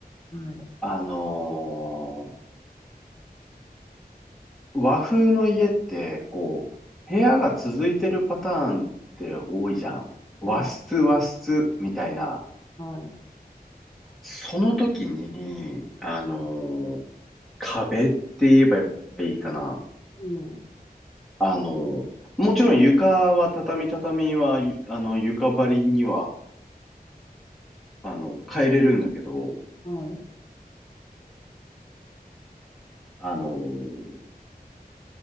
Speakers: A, on the left; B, in the centre.
A: はい。
B: あのー和風の家って、こう、部屋が続いてるパターンって多いじゃん。
A: はい。
B: 和室、和室、みたいな。
A: はい。
B: その時に、あのー壁って言えばいいかな。
A: うん。
B: あのーもちろん床は畳畳は、ゆあの、床張りには、あの、変えれるんだけど、
A: はい。
B: あのー